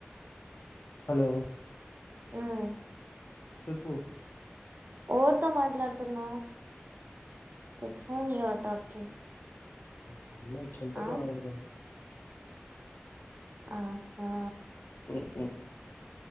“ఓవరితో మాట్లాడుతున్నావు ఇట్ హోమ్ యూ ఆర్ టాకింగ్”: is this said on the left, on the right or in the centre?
Right